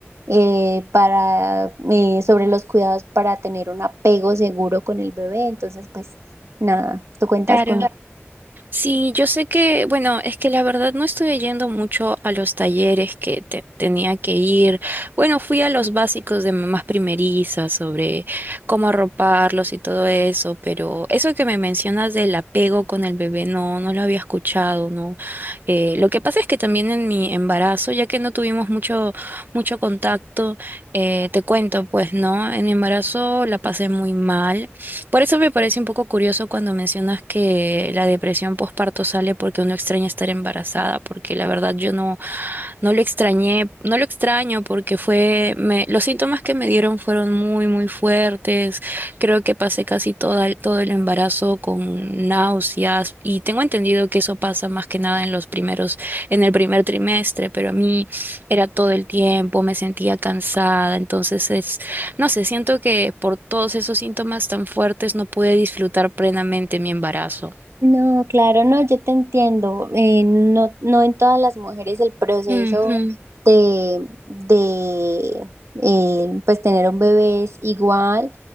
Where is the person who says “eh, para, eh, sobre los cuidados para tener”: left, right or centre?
Right